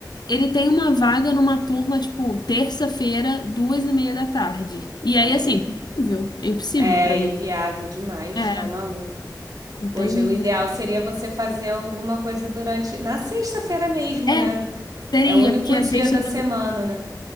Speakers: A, on the left; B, on the right.
A: ele tem uma vaga numa turma tipo terça-feira, duas e meia da tarde. E
B: Ai,
A: aí assim, impossível, é impossível
B: é
A: pra
B: inviável
A: mim.
B: demais,
A: É,
B: tá maluco.
A: não
B: Poxa,
A: tem.
B: o ideal seria você fazer alguma coisa durante, na sexta-feira mesmo,
A: É,
B: né?
A: seria
B: É o único
A: porque a
B: dia
A: sexta
B: da semana,
A: também.
B: né?